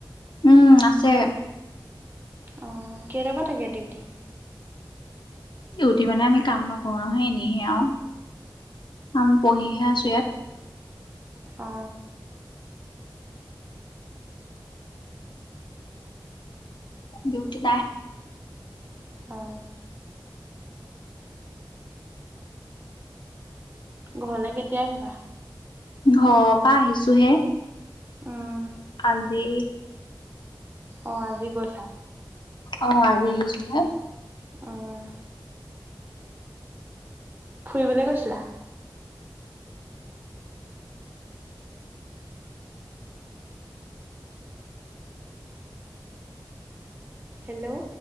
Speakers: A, on the left; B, on the right.
A: উম আছে।
B: অঁ, কেইটাৰ পা থাকে ডিউটি?
A: দিউট মানে আমি কাম নকৰো নহয়, এনেইহে আও আমি পহিহে আছো ইয়াত।
B: অঁ।
A: ডিউটি নাই।
B: অঁ। ঘলে কেতিয়া আহিবা?
A: ঘৰ পা আহিছো হে।
B: উম।
A: আজি
B: অঁ আজি গৈছা?
A: অঁ আজি আহিছো হে।
B: উম। ফুৰিবলে গৈছিলা? হেল্ল'ও